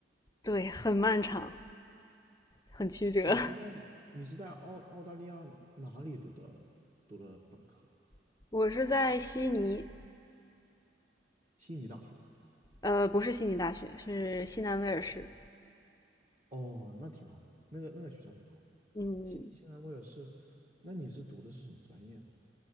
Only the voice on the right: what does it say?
你是在你是在澳澳大利亚哪里读的读的本科啊
悉尼大学。
哦，那挺好，那个那个学校挺好。
现现在我也是，那你是读的是什么专业啊？